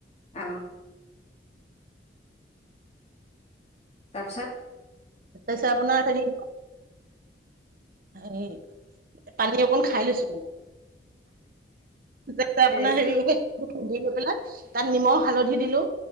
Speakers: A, on the left; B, on the right.
A: আহ। তাৰপিছত?
B: তাৰপিছত আপোনাৰ হেৰি- হেৰি- পানী অকণ খাই লৈছো যাতে আপোনাৰ
A: ৰেচিপি
B: হেৰি- দি লৈ পেলাই তাত নিমখ, হালধি দিলোঁ।